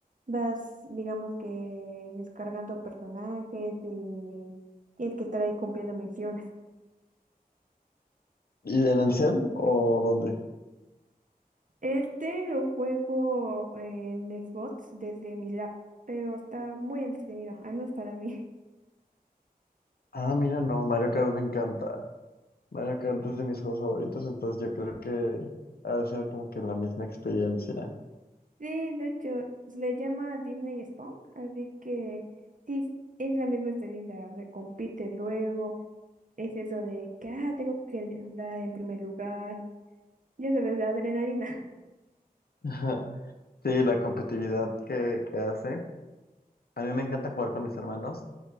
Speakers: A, on the right; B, on the left.
A: Vas, digamos que descargando personajes y tienes que estar ahí cumpliendo misiones.
B: ¿Y en el cel o dónde?
A: Este lo juego en Xbox desde mi lap, pero está muy entretenido, al menos para mí.
B: Ah, mira, no, Mario Kart me encanta. Mario Kart es de mis juegos favoritos, entonces yo creo que ha de ser como que la misma experiencia.
A: Sí, de hecho, se le llama Disney Spawn, así que sí, es es la misma estadía, recompites luego, es eso de que, ah, tengo que andar en primer lugar, ya sabes, la adrenalina. <laughs>
B: <laughs> Ajá. Sí, la competitividad que, que hace. A mí me encanta jugar con mis hermanos